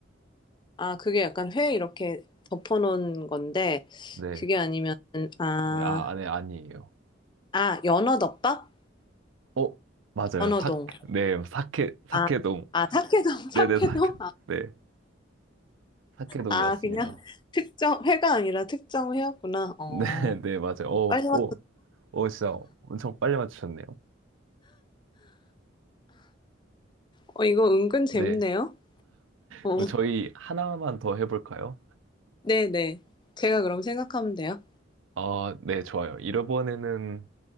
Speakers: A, on the left (about 25°); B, on the right (about 80°).
A: 아, 그게 약간 회 이렇게 덮어놓은 건데,
B: 네,
A: 그게 아니면, 아,
B: 네, 아, 아, 네, 아니에요.
A: 아, 연어덮밥?
B: 어, 맞아요.
A: 연어동.
B: 사, 네, 사케, 사케동.
A: 아, 아, 사케동, <laughs> 사케동?
B: 네네, 사케,
A: 아,
B: 네, 사케동이었습니다.
A: 아, 그냥 특정, 회가 아니라 특정 회였구나. 어,
B: 네, <laughs> 네, 맞아요. 오오오
A: 빨리 왔어.
B: 진짜 엄청 빨리 맞추셨네요.
A: 어, 이거 은근 재밌네요.
B: 네.
A: 어,
B: 그럼 저희 하나만 더 해볼까요?
A: 네네. 제가 그럼 생각하면 돼요.
B: 아, 네, 좋아요. 이번에는,